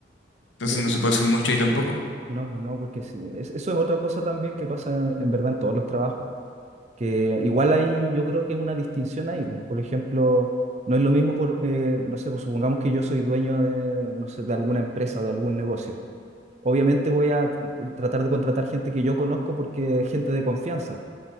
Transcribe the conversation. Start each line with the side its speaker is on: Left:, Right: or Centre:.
Left: entonces
Right: Sí, pues,
Left: no se puede hacer mucho ahí tampoco.
Right: No, pues no, porque sí, es- eso es otra cosa también que pasa en verdad en todos los trabajos que igual hay, yo creo que una distinción ahí. po. Por ejemplo, no es lo mismo, por, eh, no sé, pues supongamos que yo soy dueño de, no sé, de alguna empresa o de algún negocio. Obviamente voy a tratar de contratar gente que yo conozco porque es gente de confianza,